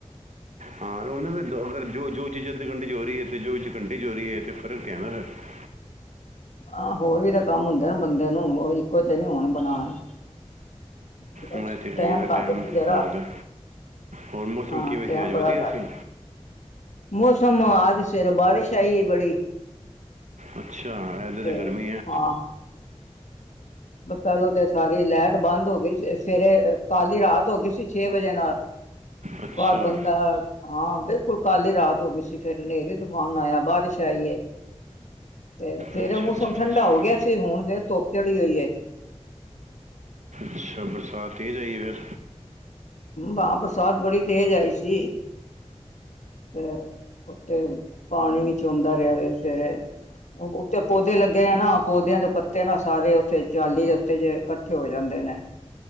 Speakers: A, on the right (about 80°); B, on the left (about 80°).
A: ਹਾਂ ਫ ਜੋ ਜਿੱਦ ਕੰਡੀ ਚ ਹੋ ਰਹੀ ਹੈ ਤੇ ਜੋ ਕੰ ਚ ਹੋ ਰਹੀ ਹੈ ਤੇ ਫਰਕ ਕਹਦਾ ਫ
B: ਹਾਂ ਹੋਰ ਵੀ ਤਾਂ ਕੰਮ ਹੁੰਦੇ ਨਾ ਬੰਦੇ ਨੂੰ ਇੱਕੋ ਤੇ ਨੀ ਹੋਣ ਬਣਾਣਾ ਬ
A: ਮੈਂ ਤੇ ਹੈਗੀ
B: ਟੈਮ
A: ਫਿਰ
B: ਕਾਟ
A: ਟਾਈਮ
B: ਸੀ ਜਰਾ
A: ਲੱਗਦਾ ਹੋਰ ਮੌਸਮ
B: ਹਾਂ
A: ਕਿਵੇਂ
B: ਟੈਮ
A: ਸੀ ਅੱਜ
B: ਬੜਾ
A: ਵਧੀਆ
B: ਘੱਟ
A: ਸੀ
B: ਏ। ਮੌਸਮ ਆਦ ਸਿਰ ਬਾਰਿਸ਼ ਆਈ ਬੜੀ
A: ਅੱਛਾ ਇੱਧਰ
B: ਤੇ
A: ਗਰਮੀ ਹੈ
B: ਹਾਂ ਪਹਿਲੋਂ ਤੇ ਸਾਰੀ ਲਾਈਟ ਬੰਦ ਹੋ ਗਈ ਸੀ ਸਵੇਰੇ ਕੱਲ ਹੀ ਰਾਤ ਹੋ ਗਈ ਸੀ ਛੇ ਵਜੇ ਨਾਲ
A: ਅੱਛਾ
B: ਬਾਰ ਬੰਦਾ ਹਾਂ ਬਿਲਕੁਲ ਕਾਲੀ ਰਾਤ ਹੋ ਗਈ ਸੀ ਫੇਰ ਹਨੇਰੀ ਤੂਫਾਨ ਆਇਆ ਬਾਰਿਸ਼ ਆਈ ਏ ਤੇ ਫੇਰ
A: ਅੱਛਾ
B: ਮੌਸਮ
A: ਅੱਛਾ ਅੱਛਾ।
B: ਠੰਢਾ ਹੋ ਗਿਆ ਸੀ। ਹੁਣ ਫੇਿਰ ਧੁੱਪ ਚੜੀ ਹੋਈ ਏ।
A: ਅੱਛਾ ਬਰਸਾਤੀ ਲਈ ਏ, ਫਿਰ
B: ਹਾਂ। ਬਰਸਾਤ ਬੜੀ ਤੇਜ਼ ਆਈ ਸੀ, ਤੇ ਉੱਥੇ ਪਾਣੀ ਵੀ ਚ ਚੋਦਾ ਰਿਹਾ ਵੇ ਸਵੇਰੇ। ਉੱਥੇ ਪੌਦੇ ਲੱਗੇ ਆ ਨਾ, ਪੌਦਿਆਂ ਦੇ ਪੱਤੇ ਨਾ ਸਾਰੇ ਉੱਥੇ ਜਾਲੀ ਦੇ ਉੱਤੇ ਜ ਇਕੱਠੇ ਹੋ ਜਾਂਦੇ ਨੇ।